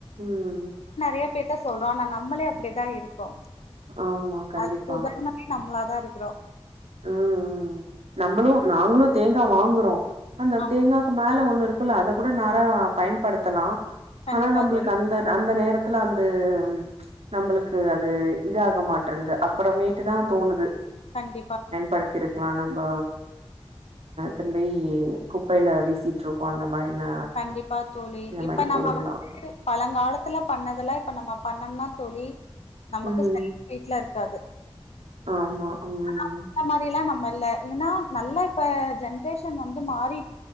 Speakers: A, on the right (about 75°); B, on the left (about 80°).
A: ம்
B: யா பேர்த்த சொல்றோ ஆனா நம்மளே அப்டிதா இருக்கோ
A: ஆமா கண்டிப்பா
B: அதுக்கு உதாரணமே நம்மளா தா இருக்கறோ
A: ம் ம் நம்புளு நாங்குளு தேங்கா வாங்கறோ அந்த
B: ஆமா
A: தேங்காக்கு மேல ஒண்ணு இருக்குல்ல அத கூட நாரா பயன்படுத்தலா
B: கண்டிப்பா
A: ஆனா நம்புளுக்கு
B: தோழி
A: அந்த அந்த நேரத் துல அது நம்புளுக்கு அது இதாக மாட்ரன்து அப்புறமேட்டுதா தோணுது
B: கண்டிப்பா தோ
A: படுத்திருக்கலா நம்ப திரும்பி குப்பைல வீசிட்ருக்கோ அந்த மாரி நா
B: கண்டிப்பா தோழி
A: இந்த
B: இப்ப
A: மாரி
B: நம்ம
A: பொருள்லா
B: வந்து பழங்காலத்துல பண்ணதெல்லா இப்ப நம்ம பண்ணம்னா தோழி நமக்கு
A: ம்
B: <inaudible> இருக்காது
A: ஆமா ம்
B: ஆனா அந்த மாரிலா நம்ம இல்ல ஏனா நல்லா இப்ப ஜென்ரேஷன் வந்து மாறி